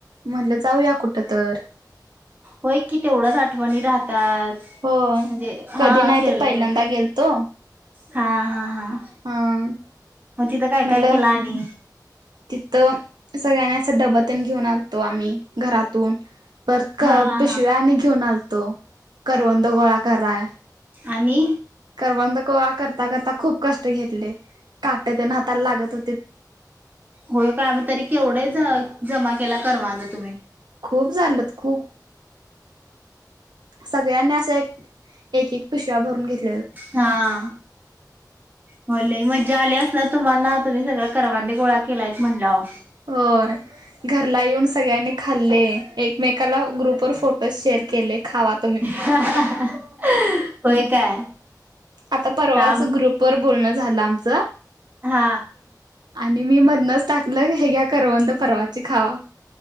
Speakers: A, on the right; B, on the right.
A: म्हणलच जाऊया कुठ तर,
B: होय की तेवढाच आठवणी राह तात,
A: होय.
B: म्हणजे हा
A: कधी नाही
B: फिरायला
A: ते पहिल्यांदा
B: गेलं
A: गेलतो
B: हा, हा, हा,
A: अं
B: मग तिथं काय
A: म्हणलं
B: काय केलं आणि
A: तिथं सगळ्यांना असं डबं तेन घेऊन आलतो आम्ही घरातून, परत क
B: हा हा
A: पिशव्या
B: हा
A: आणि घेऊन आल तो, करवंद गोळा कराय.
B: आणि
A: करवंद गोळा करता करता खूप कष्ट घेतले, काट तेन हाताला लागत होतीत.
B: होय, काय मह तरी केवढेच ज जमा केला करवांद तुम्ही.
A: खूप झालंत, खूप सगळ्यांनी असं, एक एक एक पिशव्या भरून घेत
B: हा. होय, लई मज्जा आली असणार तुम्हांना तुम्ही सगळं करवंद गोळा केलाय म्हणल्यावर.
A: होय. घरला येऊन सगळ्यांनी खाल्ले, एकमेकाला ग्रुपवर फोटोज शेअर केले खावात
B: आहा अहं होय काय?
A: आता परवाच
B: थांब
A: ग्रुपवर बोलणं झालं आमच.
B: हा.
A: आणि मी मधनच टाकलं हे घ्या करवंद परवाचे खावा.